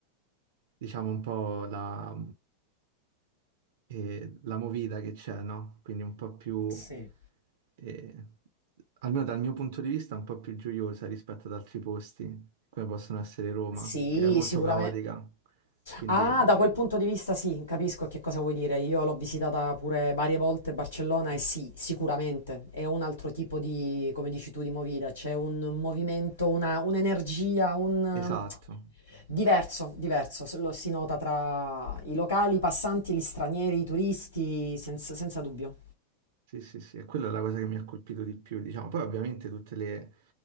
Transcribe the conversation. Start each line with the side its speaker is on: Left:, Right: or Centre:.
Right: diciamo, un po' la, eh, la movida che c'è, no? Quindi un po' più,
Left: Sì.
Right: eh, almeno dal mio punto di vista, un po' più gioiosa rispetto ad altri posti, come possono essere Roma,
Left: Sì,
Right: che è molto
Left: sicuramente.
Right: caotica. Quindi,
Left: Ah, da quel punto di vista sì, capisco che cosa vuoi dire. Io l'ho visitata pure varie volte Barcellona e sì, sicuramente è un altro tipo di, come dici tu, di movida. C'è un movimento, una- un'energia, un...
Right: esatto.
Left: diverso, diverso. Se Lo si nota tra i locali, i passanti, gli stranieri, i turisti, senza, senza dubbio.
Right: Sì, sì, sì, e quella è la cosa che mi ha colpito di più, diciamo. Poi ovviamente tutte le